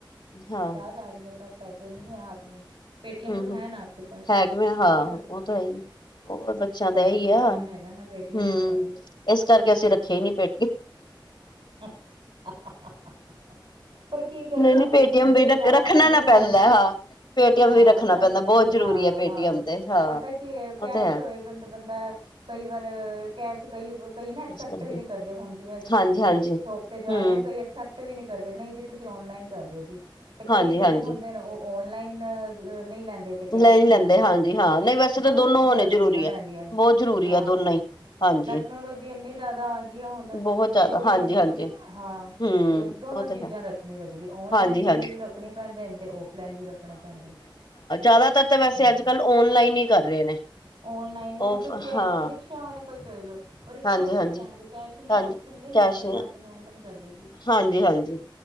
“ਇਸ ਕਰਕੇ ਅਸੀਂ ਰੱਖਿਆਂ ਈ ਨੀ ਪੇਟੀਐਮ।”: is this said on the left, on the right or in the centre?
Left